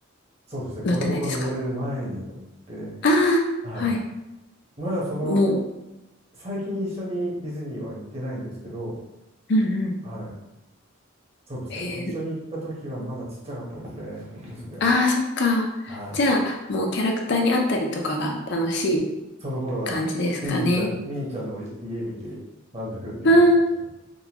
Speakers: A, on the right; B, on the left.
A: そうですね、子供が生まれる前に乗って、
B: 乗ってないですかああー、
A: はい。
B: はい。
A: まだその
B: もう、
A: 最近一緒にディズニーは行ってないんですけど、
B: うんうん。
A: はい。そうですね。
B: えー、
A: 一緒に行った時はまだちっちゃかったですね、こ娘は。
B: ああ、そっか。
A: はい。
B: じゃあ、もうキャラクターに会ったりとかが楽しい
A: その頃は
B: 感じですかね。
A: ミニーちゃん、ミニーちゃんの家見て満足っていう感じでしたね。
B: うん